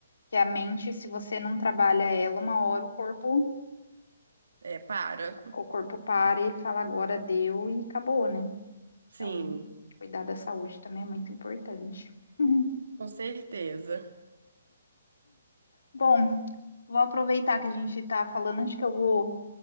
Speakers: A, on the left (about 75°); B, on the right (about 75°).
A: que a mente, se você não trabalha ela, uma hora o corpo,
B: É, para.
A: o corpo para e ele fala agora deu e acabou, né?
B: Sim,
A: Então, cuidar da saúde também é muito importante. <laughs> Uhum.
B: com certeza.
A: Bom, vou aproveitar que a gente está falando, acho que eu vou